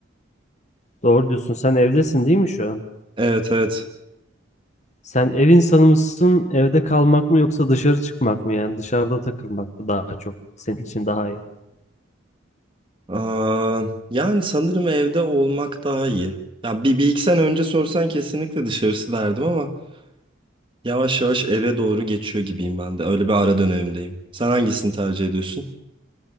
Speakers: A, on the left (about 35°); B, on the right (about 25°).
A: Doğru diyorsun. Sen evdesin değil mi şu an?
B: Evet evet.
A: Sen ev insanı mısın? Evde kalmak mı yoksa dışarı çıkmak mı? Yani dışarıda takılmak mı daha çok senin için daha iyi?
B: Aa, yani sanırım evde olmak daha iyi. Ya bir, bir iki sene önce sorsan kesinlikle dışarısı derdim ama yavaş yavaş eve doğru geçiyor gibiyim ben de. Öyle bir ara dönemdeyim. Sen hangisini tercih ediyorsun?